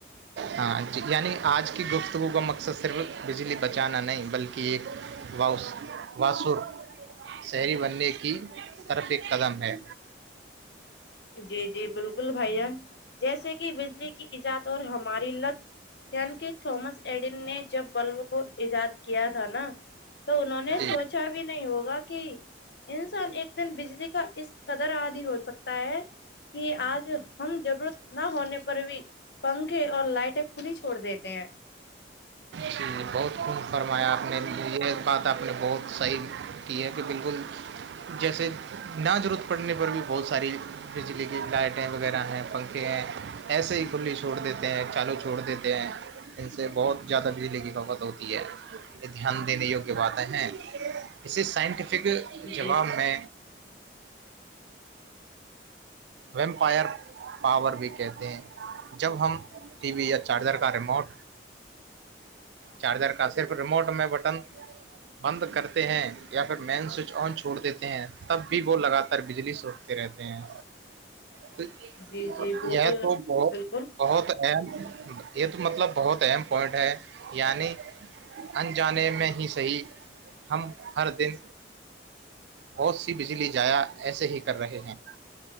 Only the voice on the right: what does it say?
ہاں جی یعنی آج کی گفتگو کا مقصد صرف بجلی بچانا نہیں بلکہ کی واس واسو شہری بننے کی طرف ایک قدم ہے
جی
جی بہت خوب فرمایا آپ نے یہ بات آپ نے بہت صحیح کی ہے کہ بالکل جیسے نہ ضرورت پڑنے پر بھی بہت ساری بجلی کی لائٹیں وغیرہ ہیں پنکھے ہیں ایسے ہی کھلی چھوڑ دیتے ہیں چالو چھوڑ دیتے ہیں ان سے بہت زیادہ بجلی کی کھپت ہوتی ہے یہ دھیان دینے یوگیہ باتیں ہیں اسے سائنٹیفک جواب
میں
ویمپائر پاور بھی کہتے ہیں جب ہم ٹی وی یا چارجر کا ریموٹ چارجر کا صرف ریموٹ میں بٹن بند کرتے ہیں یا پھر مین سوئچ آن چھوڑ دیتے ہیں تب بھی وہ لگاتار بجلی رہتے ہیں تو
یہ تو بت
بہت اہم یہ تو مطلب بہت اہم پوائنٹ ہے یعنی انجانے میں ہی صحیح ہم ہر دن بہت سی بجلی ضائع ایسے ہی کر رہے ہیں